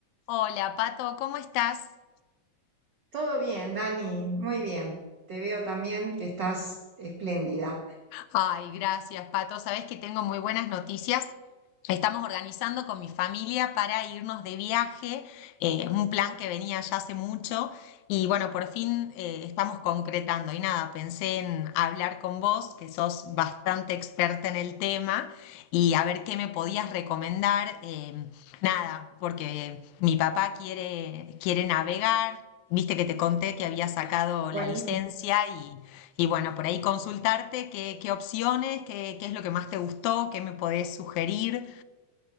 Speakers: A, on the left; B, on the right.
A: Hola, Pato, ¿cómo estás?
B: Todo bien, Dani, muy bien. Te veo también que estás espléndida.
A: Ay, gracias, Pato. Sabes que tengo muy buenas noticias. Estamos organizando con mi familia para irnos de viaje, eh, un plan que venía ya hace mucho y bueno, por fin eh, estamos concretando. Y nada, pensé en hablar con vos, que sos bastante experta en el tema, y a ver qué me podías recomendar. eh, nada, porque mi papá quiere, quiere navegar. Viste que te conté que había sacado
B: Buenísimo,
A: la licencia y... Y bueno, por ahí consultarte qué, qué opciones, qué, qué es lo que más te gustó, qué me podés sugerir.